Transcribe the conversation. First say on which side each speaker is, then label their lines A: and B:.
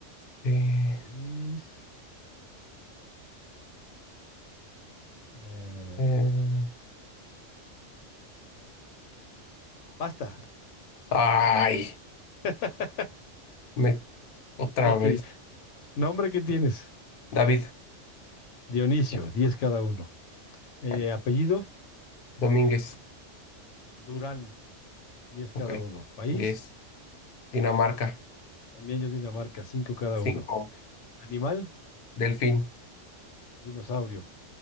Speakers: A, on the left; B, on the left.
A: Este,
B: país. em,
A: eh,
B: basta.
A: ay,
B: <laughs>
A: me, otra
B: Ok,
A: vez.
B: nombre que tienes.
A: David,
B: Dionisio, 10 cada uno. Eh,
A: vale.
B: apellido,
A: Domínguez,
B: Durán. diez cada
A: ok.
B: uno. País,
A: 10. Dinamarca,
B: también yo Dinamarca, 5 cada uno.
A: cinco,
B: Animal,
A: Delfín,
B: dinosaurio,